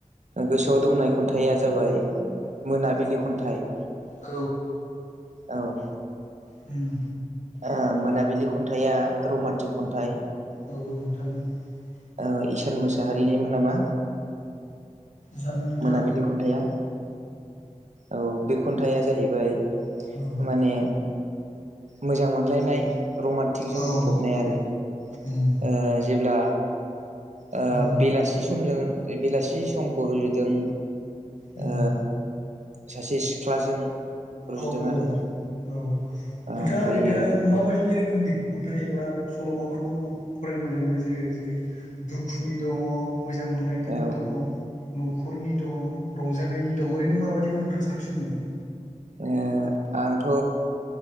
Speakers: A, on the right (about 65°); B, on the left (about 70°).
A: गोसोआव दंनाय खन्थाइया जाबाय मोनाबिलि खन्थाइ
B: औ
A: औ।
B: उम।
A: आ मोनाबिलि खन्थाइया रमान्टिक खन्थाइ
B: <inaudible>
A: ओ इसान मोसाहारिनिमोन नामा?
B: जानो नों थां?
A: मोनाबिलि खन्थाइया औ बे खन्थाइया जाहैबाय
B: औ
A: माने मोजां मोनलायनाय रमान्टिकजों
B: औ
A: बुंफबनाय आरो
B: उम
A: ओ जेब्ला ओ
B: औ
A: बेलासि समजों बेलासि समखौ रुजुदों
B: उम
A: ओ सासे सिख्लाजों रुजुदों
B: औ औ -औ
A: आरो ओमफ्रायो
B: नोंथाङा ओरैनो माबायदि रोखोमनि खन्थाइ एबा सल'माफोरखौ फरायनो मोजां मोनो जेरै जेरै दुखुनि दङ' मोजां मोनलायनायनि
A: औ
B: दं न'खरनि दं रंजानायनि दं ओरैनो माबायदिखौ नोंथाङा साबसिन मोनो
A: ओ आंथ'